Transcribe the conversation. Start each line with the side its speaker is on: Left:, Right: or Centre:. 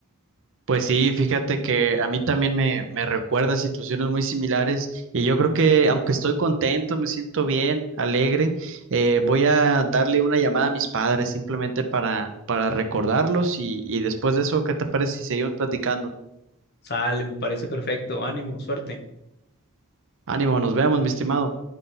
Right: Pues sí, fíjate que a mí también me, me recuerda situaciones muy similares y yo creo que aunque estoy contento, me siento bien, alegre, eh, voy a darle una llamada a mis padres simplemente para, para recordarlos y, y después de eso, ¿qué te parece si seguimos platicando?
Left: Sale, me parece perfecto, ánimo, suerte.
Right: Ánimo, nos vemos, mi estimado.